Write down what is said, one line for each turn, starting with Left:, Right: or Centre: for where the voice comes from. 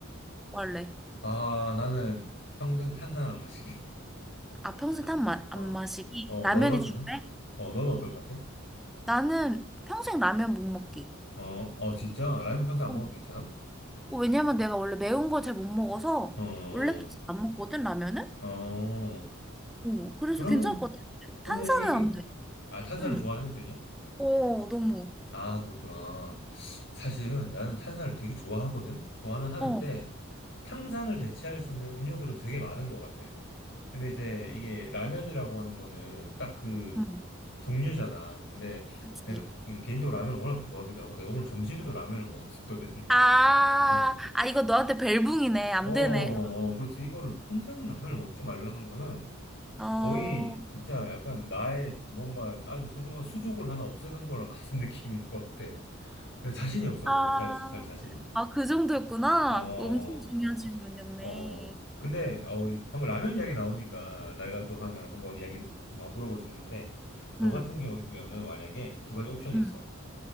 Centre: 원래.
Left: 아, 나는 평생 탄산 안 마시기.
Centre: 아, 평생 탄 마,
Left: 어,
Centre: 안 마시기.
Left: 어,
Centre: 라면이
Left: 너 같으면?
Centre: 중요해?
Left: 어, 너는 어떨 것 같아?
Centre: 나는 평생 라면 못 먹기.
Left: 어, 어, 진짜? 라면 평소 안
Centre: 음.
Left: 먹어도 괜찮아?
Centre: 어, 어, 왜냐면 내가 원래 매운 거 잘 못 먹어서
Left: 어,
Centre: 원래도 잘 안 먹거든, 라면은?
Left: 어,
Centre: 어, 그래서
Left: 그러면,
Centre: 괜찮을 것 같아.
Left: 그럼
Centre: 탄산은
Left: 뭐, 뭐 이게,
Centre: 안 돼.
Left: 아, 탄산을
Centre: 응.
Left: 좋아하는 편이야?
Centre: 어, 너무.
Left: 아, 그렇구나. 사실은 나는 탄산을 되게 좋아하거든? 좋아는 하는데,
Centre: 어,
Left: 탕산을 대체할 수 있는 음료들은 되게 많은 것 같아. 근데 이제 이게 라면이라고 하는 거는 딱 그
Centre: 응.
Left: 종류잖아. 근데
Centre: 그치.
Left: 내가 개- 개인적으로 라면을 워낙 좋아하기도 하고, 내가 오늘 점심에도 라면을 <laughs> 먹었었거든.
Centre: 아,
Left: 어,
Centre: 아, 이거 너한테 벨붕이네. 안
Left: 어, 어,
Centre: 되네. 그럼.
Left: 그래서 이거를 평생 라면을 먹지 말라는 거는
Centre: 어,
Left: 거의 진짜 약간 나의 뭔가 아주 소중한 수족을 하나 없애는 거랑 같은 <laughs> 느낌일 것 같아. 자신이 없어,
Centre: 아,
Left: 그렇게 살, 살 자신이.
Centre: 아, 그 정도였구나.
Left: 어, 어.
Centre: 엄청 중요한 질문이었네.
Left: 어. 근데, 어, 방금 라면 이야기 나오니까 내가 또 하나 한번 이야기 뭐 물어볼 수 있는데, 너
Centre: 응,
Left: 같은 경우에는 만약에 두 가지 옵션이
Centre: 응,
Left: 있어.